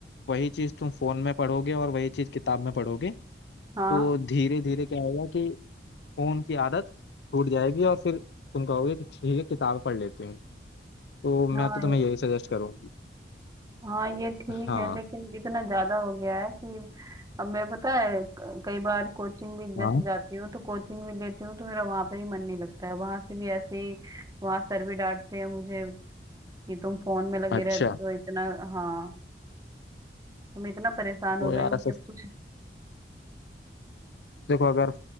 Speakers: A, on the left; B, on the right.
A: वही चीज तुम फोन में पढ़ोगे और वही चीज किताब में पढ़ोगे
B: हाँ
A: तो धीरे धीरे क्या होगा कि फोन की आदत छूट जाएगी और फिर तुम कहोगे कि ठीक है किताब पढ़ लेती हूँ तो मैं
B: हाँ
A: तो तुम्हें यही सजेस्ट करूँगी
B: हाँ ये ठीक
A: हाँ
B: है लेकिन इतना ज्यादा हो गया है कि अब मैं पता है क- कई बार कोचिंग भी जैसे
A: हाँ
B: जाती हूँ तो कोचिंग भी लेती हूँ तो मेरा वहां पे भी मन नहीं लगता है वहां से भी ऐसे ही वहां सर भी डांटते हैं मुझे कि तुम फोन में लगे
A: अच्छा
B: रहते हो इतना हाँ तो मैं इतना परेशान
A: तो
B: हो गई
A: यार
B: हूँ
A: ऐसा
B: कि अब कुछ
A: देखो अगर